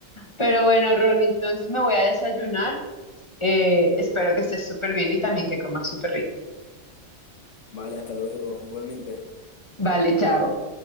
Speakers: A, on the left; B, on the left.
A: Pero bueno, Ron, entonces me voy a desayunar. Eh, espero que estés súper bien y también que comas súper rico.
B: Vale, hasta luego, igualmente.
A: Vale, chao.